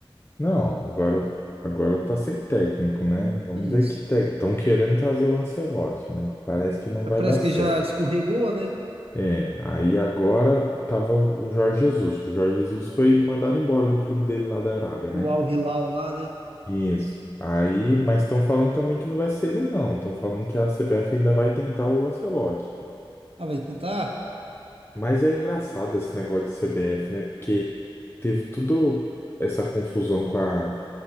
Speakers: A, on the left; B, on the right.
A: Não, agora, agora tá sem técnico, né? Vamos
B: Isso.
A: ver que técnico. Estão querendo trazer o Ancelotti, mas parece que não
B: Mas
A: vai
B: parece
A: dar certo.
B: que já escorregou, né?
A: É, aí agora tava o Jorge Jesus, que o Jorge Jesus foi mandado embora do clube dele lá da Arábia,
B: O
A: né?
B: Al Hilal lá, né?
A: Isso. Aí, mas estão falando também que não vai ser ele, não. Estão falando que a CBF ainda vai tentar o Ancelotti.
B: Ah, vai tentar?
A: Mas é engraçado esse negócio de CBF, né? Porque teve tudo essa confusão com a,